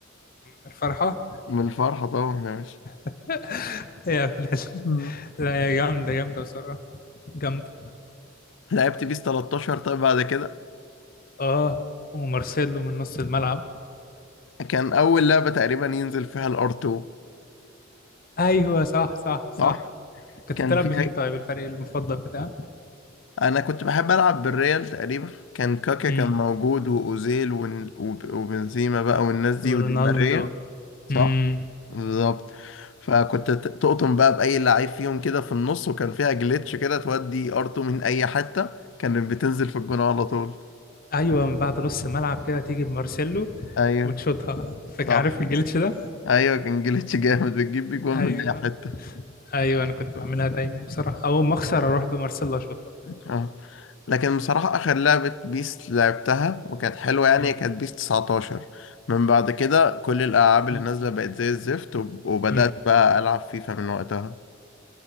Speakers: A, on the left; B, on the left.
A: من الفرحة
B: من الفرحه طبعا يا باشا
A: <laughs> يا ابن ال-
B: مم.
A: لا يا جامدة جامدة بصراحة جامدة
B: لعبت بيس 13 طيب بعد كده
A: اه ومارسيلو من نص الملعب
B: كان اول لعبه تقريبا ينزل فيها الار 2
A: ايوه صح صح صح
B: صح
A: كنت
B: كان
A: بتلعب
B: فيها
A: بمين طيب الفريق المفضل بتاعك
B: انا كنت بحب العب بالريال تقريبا كان كاكا
A: مم.
B: كان موجود واوزيل ون- وب- وبنزيما بقى والناس دي ودي
A: رونالدو
B: ماريا صح
A: امم
B: بالظبط فكنت ت- تقطم بقى بأي لعيب فيهم كده في النص وكان فيها جليتش كده تودي ار2 من أي حتة كانت بتنزل في الجون على طول
A: ايوه من بعد نص الملعب كده تيجي بمارسيلو
B: أيوه
A: وتشوطها فاكر
B: صح
A: عارف الجليتش ده
B: أيوه كان جليتش جامد بتجيب بيه جون
A: ايوه
B: من أي حتة
A: ايوه انا كنت بعملها دايما بصراحه اول ما اخسر اروح بمارسيلا اشوطها
B: اه لكن بصراحة آخر لعبة بيس لعبتها وكانت حلوة يعني
A: مم.
B: كانت بيس 19 من بعد كده كل الألعاب اللي
A: مم.
B: نازلة بقت زي الزفت وب- وبدأت
A: مم.
B: بقى ألعب فيفا من وقتها